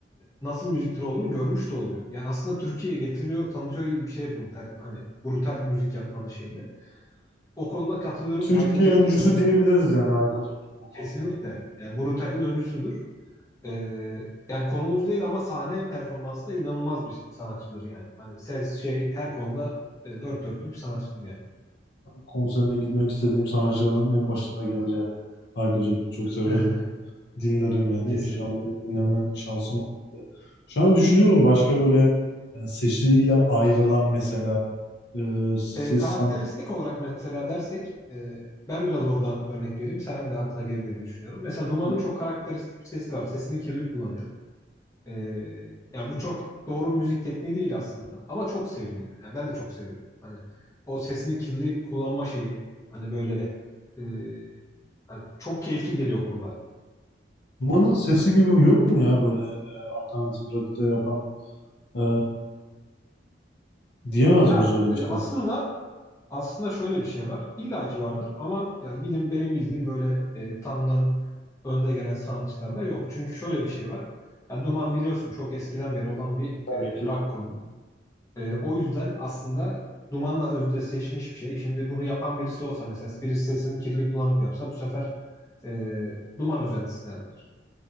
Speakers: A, on the left (about 15°); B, on the left (about 60°).
A: nasıl müzik türü olduğunu görmüş de oluyor. Yani aslında Türkiye'ye getiriyor, tanıtıyor gibi bir şey brutal. Hani brutal müzik yapmanın şeyini. O konuda katılıyorum.
B: Türkiye
A: Hayko Cepkin
B: öncüsü
A: özellikle
B: diyebiliriz yani Hayko Cepkin bu konuda.
A: kesinlikle. Yani Brutal'in öncüsüdür. Ee, yani konumuz değil ama sahne performansı da inanılmaz bir sanatçıdır yani. Hani ses şey her konuda e, dört dörtlük bir sanatçıdır yani.
B: Konserine gitmek istediğim sanatçıların en başında gelir yani. Hayko Cepkin'i çok severim.
A: <laughs>
B: dinlerim yani.
A: Kesinlikle.
B: İnşallah dinleme şansım olmadı. Şu an düşünüyorum başka böyle e, sesiyle ayrılan mesela e, ses
A: Ee, karakteristik
B: san-
A: olarak mesela dersek e, ben biraz oradan örnek vereyim. Sen de aklına gelir diye düşünüyorum. Mesela Duman'ın
B: Tabii.
A: çok karakteristik bir sesi var. Sesini kirli kullanıyor. Ee, yani bu çok doğru bir müzik tekniği değil aslında ama çok seviliyor. Yani ben de çok seviyorum. Hani o sesini kirli kullanma şeyi hani böyle e, hani çok keyifli geliyor kulağa.
B: Duman'ın sesi gibi yok mu ya böyle e, alternatif rock'ta yapan e, diyemez
A: Ya
B: miyiz öyle bir
A: e,
B: şey?
A: aslında aslında şöyle bir şey var. İlla ki vardır ama yani benim benim bildiğim böyle e, tanınan önde gelen sanatçılar da yok. Çünkü şöyle bir şey var. Ya Duman biliyorsun çok eskiden beri olan bir
B: Tabii
A: e,
B: ki.
A: rock Ee, o yüzden aslında dumanla özdeşleşmiş bir şey. Şimdi bunu yapan birisi olsa mesela birisi sesini kirli kullanıp yapsa bu sefer e, duman özentisi derler.